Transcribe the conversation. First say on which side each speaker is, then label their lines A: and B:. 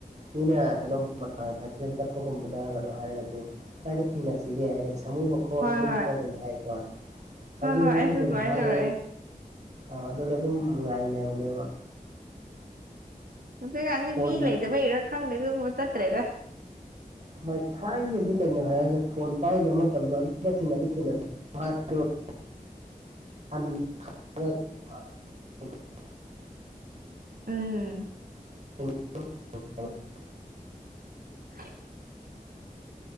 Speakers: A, on the right (about 50°); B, on the right (about 70°).
A: ꯃꯤꯅ ꯀꯩꯅꯣ ꯀꯛꯆꯤꯡꯦꯜ ꯆꯠꯄꯒꯨꯝꯕꯗ ꯀꯩꯅꯣ ꯍꯥꯏꯔꯒꯗꯤ ꯀꯏꯗ ꯊꯦꯡꯅꯁꯤꯒꯦ ꯍꯥꯏꯔꯒ ꯁꯥꯃꯨ ꯣ
B: ꯍꯣꯏ ꯍꯣꯏ
A: ꯁꯨꯣꯟꯗ ꯃꯍꯉꯥꯏꯀ ꯍꯧꯁꯨ
B: ꯍꯣꯏ ꯍꯣꯏ ꯑꯩꯁꯨ ꯑꯗꯨꯃꯥꯏꯅ
A: ꯥꯦ
B: ꯇꯧꯔꯛꯑꯦ
A: ꯑ ꯑꯗꯨꯗ ꯑꯗꯨꯝ ꯉꯥꯏꯕꯅꯦꯕ
B: ꯍꯧꯖꯤꯛꯀꯥꯟꯗꯤ
A: ꯐꯣꯟ
B: ꯃꯤ ꯂꯩꯇꯕꯩꯔ ꯈꯪꯗꯦ ꯑꯗꯨꯕ ꯆꯠꯇ꯭ꯔꯦꯗ
A: ꯍꯣꯏ ꯊꯥꯏꯅꯗꯤ ꯀꯩꯅꯣ ꯍꯥꯏꯁꯦ ꯐꯣꯟ ꯄꯥꯏꯒꯗꯕ ꯃꯇꯝꯗꯣ ꯑꯗꯨ ꯊꯁꯤ ꯊꯤꯁꯤ <inaudible> <inaudible>
B: ꯎꯝ
A: <inaudible>
B: <unintelligible>